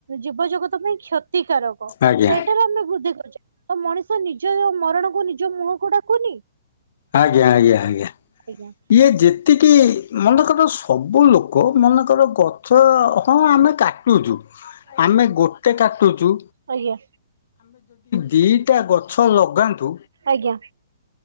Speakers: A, on the right; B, on the left.
A: ଜୀବ ଜଗତ ପାଇଁ କ୍ଷତିକାରକ
B: ଆଜ୍ଞା
A: ସେଇଟାରୁ ଆମେ ବୃଦ୍ଧି କରୁଚେ ତ ମଣିଷ ନିଜ ମରଣକୁ ନିଜ ମୁହଁକୁ ଡାକୁନି।
B: ଆଜ୍ଞା ଆଜ୍ଞା ଆଜ୍ଞା।
A: ଆଜ୍ଞା
B: ଇଏ ଯେତିକି ମନେକର ସବୁ ଲୋକ ମନେକର ଗଛ ଅ କଣ ଆମେ କାଟୁଚୁ ଆମେ ଗୋଟେ କାଟୁଚୁ
A: ଆଜ୍ଞା।
B: ଦିଟା ଗଛ ଲଗାନ୍ତୁ
A: ଆଜ୍ଞା।